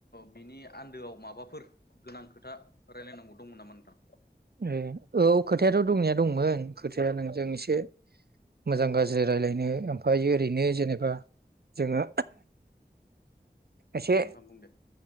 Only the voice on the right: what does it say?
ए औ खोथायाथ' दंनाया दंमोन खोथाया नोंजों एसे मोजां गाज्रि रायलायनो ओमफ्रायायो ओरैनो जेनेबा जोङो एसे